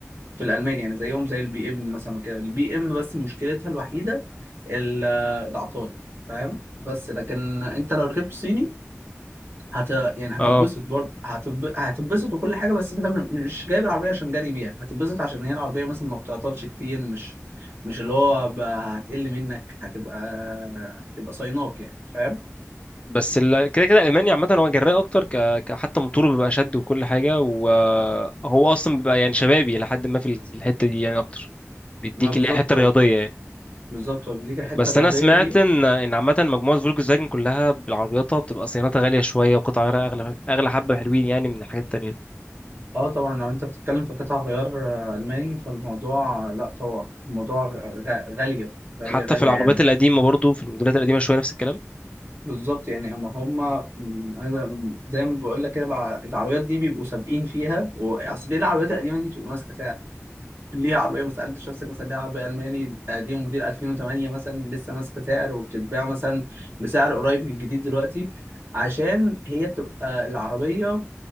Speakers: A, on the right; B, on the left.
A: في الالمان يعني زيهم زي البي ام مثلا كده البي ام بس مشكلتها الوحيده ال- العطال فاهم بس لكن انت لو ركبت صيني هت يعني هتتبسط
B: اه
A: برضه هتب... هتتبسط وكل حاجه بس انت م- مش جايب العربيه عشان جري بيها هتتبسط عشان هي العربيه مثلا ما بتعطلش كتير مش مش اللي هو ب- هتقل منك هتبقى هتبقى صيناك يعني فاهم
B: بس ال- كده كده الالماني عامه هو جراء اكتر ك... ك- حتى موتوره بيبقى شد وكل حاجه وهو اصلا بيبقى يعني شبابي لحد ما في الحته دي يعني اكتر بيديك
A: ما بالظبط
B: اللي هي حته رياضيه يعني
A: بالظبط ليك الحته
B: بس
A: الرياضيه
B: انا سمعت
A: دي
B: ان ان عامه مجموعه فولكس فاجن كلها بالعربياتها بتبقى صيانتها غاليه شويه وقطع غيارها اغلى اغلى حبه حلوين يعني من الحاجات التانية
A: اه طبعا لو انت بتتكلم في قطع غيار آه، الماني فالموضوع لا طبعا الموضوع غ- غاليه غاليه
B: حتى
A: غاليه
B: في العربيات
A: يعني
B: القديمه برضو في الموديلات القديمه شويه نفس الكلام
A: بالظبط يعني اما هما م- انا م- زي ما بقول لك كده بع- العربيات دي بيبقوا سابقين فيها و- اصل ليه العربيات القديمه دي بتبقى ماسكه سعر ليه عربيه ما سالتش نفسك مثلا ليه عربيه الماني قديمه موديل 2008 مثلا لسه ماسكه سعر وبتتباع مثلا بسعر قريب من الجديد دلوقتي عشان هي بتبقى العربيه